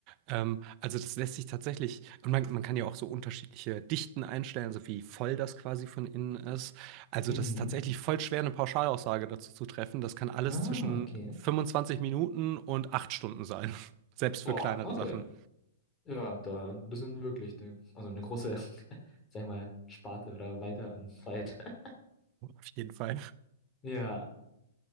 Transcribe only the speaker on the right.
Ähm, also das lässt sich tatsächlich, und man, man kann ja auch so unterschiedliche Dichten einstellen, also wie voll das quasi von innen ist. Also
das ist tatsächlich voll schwer, eine Pauschalaussage dazu zu treffen. Das kann alles
zwischen
25 Minuten und 8 Stunden sein, <laughs> selbst für
kleinere
Sachen.
Auf jeden Fall.